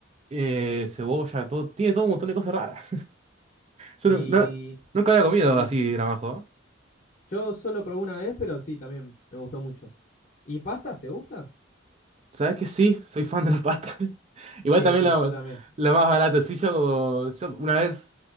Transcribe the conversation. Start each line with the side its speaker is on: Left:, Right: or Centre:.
Right: eh, cebolla, todo, tiene todo un montón de cosas raras. Yo
Left: Y,
Right: nu- no- nunca había comido
Left: y
Right: así gramajo.
Left: yo solo probé una vez, pero sí, también me gustó mucho. ¿Y pastas, te gusta?
Right: ¿Sabes que sí? Soy fan de la pasta. <laughs> Igual
Left: Sí,
Right: también
Left: sí,
Right: la,
Left: yo también.
Right: la más barata. Sí, yo, yo una vez